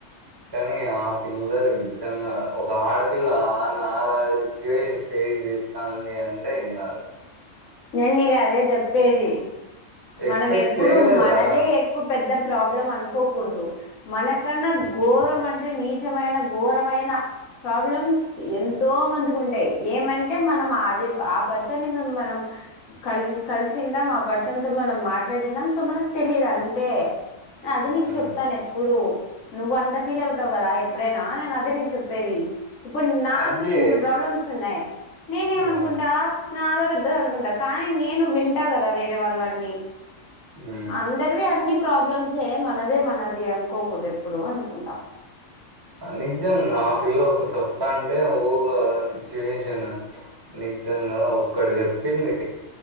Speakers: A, on the right; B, on the left.
A: కానీ ఆ పిల్ల నిజంగా ఒక ఆడపిల్ల ఆ నా లాగా సిచ్యువేషన్స్ ఫేస్ చేస్తాంది అంటే ఇంక
B: నేను నీకు గదే చెప్పేది
A: ఎక్స్పెక్ట్
B: మనం ఎప్పుడు
A: చేయలేదురా
B: మనదే ఎక్కువ పెద్ద ప్రాబ్లం అనుకోకూడదు మన ఎ కన్నా ఘోరం అంటే నీచమైన ఘోరమైన ప్రాబ్లమ్స్ ఎంతో మందికి ఉంటాయి ఏమంటే మనం అదే ఆ పర్సన్ని మేము మనం కలి కలిసిండాం ఆ పర్సన్ తో మనం మాట్లాడిండం సో మనకు తెలిదు అంతే అది నీకు
A: ఉమ్.
B: చెప్తాను ఎప్పుడు నువ్వు అంత ఫీల్ అవుతావు కదా ఎప్పుడైనా నేను అ నేను చెప్పేది ఇప్పుడు నాకి
A: అదే
B: ఇంత ప్రాబ్లమ్స్ ఉన్నాయి నేనేమనుకుంటా
A: ఉమ్.
B: నాదే పెద్ద అనుకుంటా కానీ నేను వింటా కదా వేరే వాళ్ళవి అన్ని
A: ఉమ్.
B: అందరివి అన్ని ప్రాబ్ల ప్రాబ్లమ్స్యె మనదే మనది అనుకోకూడదు ఎప్పుడు అనుకుంటా
A: నిజం ఆ పిల్ల ఒకే చెప్తా అంటే ఓ ఇగ సిచ్యువేషన్ నిజంగా ఒక్కటి చెప్పింది